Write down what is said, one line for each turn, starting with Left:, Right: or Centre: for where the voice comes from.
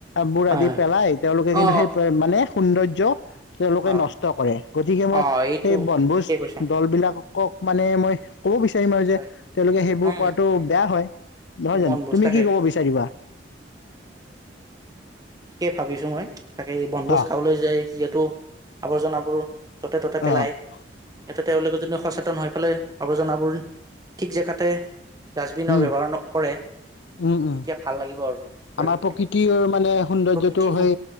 Left: বোৰ
Right: হয়
Left: আদি
Right: হয়
Left: পেলাই তেওঁলোকে কিন্তু
Right: অ
Left: সেই মানে সৌন্দৰ্য্য য় তেওঁলোকে
Right: হয়
Left: নষ্ট কৰে গতিকে মই
Right: অ এইটো
Left: সেই বনভোজ
Right: ঠিকে কৈছা
Left: দলবিলাক কওঁক মানে মই। ক'ব বিচাৰিম আৰু
Right: হয়
Left: যে তেওঁলোকে সেইবোৰ
Right: উম
Left: কৰাটো বেয়া হয় নহয় জানো
Right: বনভোজ
Left: তুমি
Right: তাকে
Left: কি ক'ব বিচাৰিবা।
Right: ঠিকেই ভাবিছো মই। তাকে বনভোজ
Left: অ
Right: খাবলৈ যায় যিহেতু। আৱৰ্জন বোৰ। য'তে ত'তে পেলায়
Left: অ
Right: সিহঁতে তেওঁলোকে যদি সচেতন হৈ পেলাই অৰ্বজনাবোৰ। ঠিক জেগাতে ডাষ্টবিনৰ
Left: উম
Right: ব্যৱহাৰ নকৰে।
Left: উম উম
Right: তেতিয়া ভাল লাগিব আৰু পৰিৱেশটো
Left: আমাৰ প্ৰকৃতিৰ মানে সৌন্দৰ্যটো
Right: প্ৰকৃতিও
Left: সেই